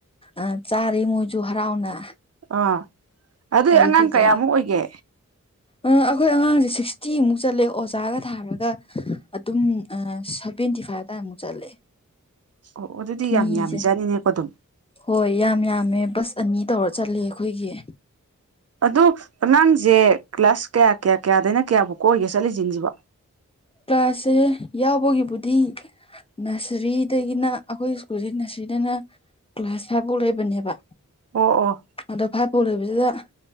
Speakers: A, on the left; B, on the right.
A: ꯑ ꯆꯥꯔꯦ ꯃꯣꯏꯖꯨ ꯍꯔꯥꯎꯅ
B: ꯑꯥ ꯑꯗꯨꯏ
A: ꯑꯗꯨꯗꯨꯗ
B: ꯑꯉꯥꯡ ꯀꯌꯥꯃꯨꯛ ꯑꯣꯏꯒꯦ
A: ꯑꯩꯈꯣꯏ ꯑꯉꯥꯡꯁꯦ ꯁꯤꯛꯁꯇꯤꯃꯨꯛ ꯆꯠꯂꯦ ꯑꯣꯖꯥꯒ ꯊꯥꯔꯒ ꯑꯗꯨꯝ ꯑ ꯚꯦꯟꯇꯤ ꯐꯥꯏꯠ ꯑꯗꯥꯏ ꯃꯨꯛ ꯆꯠꯂꯦ
B: ꯑꯣ ꯑꯗꯨꯗꯤ ꯌꯥꯝ
A: ꯃꯤꯁꯦ
B: ꯌꯥꯝꯃꯤꯖꯥꯠꯅꯤꯅꯦꯀꯣ ꯑꯗꯨꯝ
A: ꯍꯣꯏ ꯌꯥꯝ ꯌꯥꯝꯃꯦ ꯕꯁ ꯑꯅꯤ ꯇꯧꯔ ꯆꯠꯂꯦ ꯑꯩꯈꯣꯏꯒꯤ
B: ꯑꯗꯨ ꯑꯉꯥꯡꯁꯦ ꯀ꯭ꯂꯥꯁ ꯀꯌꯥ ꯀꯌꯥ ꯀꯌꯥꯗꯩꯅ ꯀꯌꯥꯕꯨꯛ ꯀ ꯑꯣꯏꯒꯦ ꯆꯠꯂꯤꯖꯤꯡꯖꯤꯕꯣ
A: ꯀ꯭ꯂꯥꯁꯁꯦ ꯌꯥꯎꯕꯒꯤꯕꯨꯗꯤ ꯅꯁꯔꯤꯗꯒꯤꯅ ꯑꯩꯈꯣꯏ ꯁ꯭ꯀꯨꯜꯁꯦ ꯅꯁꯔꯤꯗꯅ ꯀ꯭ꯂꯥꯁ ꯐꯥꯏꯚ ꯐꯧ ꯂꯩꯕꯅꯦꯕ
B: ꯑꯣ ꯑꯣ
A: ꯑꯗꯣ ꯐꯥꯏꯞ ꯄꯧ ꯂꯩꯕꯖꯤꯗ